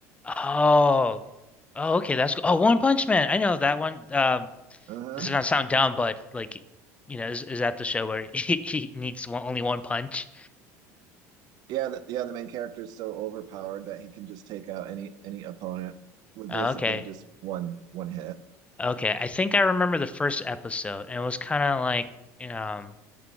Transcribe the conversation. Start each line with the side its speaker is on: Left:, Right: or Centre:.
Left: Oh, oh, okay, that's cool. Oh, One Punch Man. I know that one. Um,
Right: Uh-huh.
Left: this is gonna sound dumb, but like, you know, is, is that the show where <laughs> he, he needs one, only one punch?
Right: Yeah, the, yeah, the main character is so overpowered that he can just take out any any opponent with
Left: Okay,
Right: basically just one one hit.
Left: okay. I think I remember the first episode, and it was kind of like, um.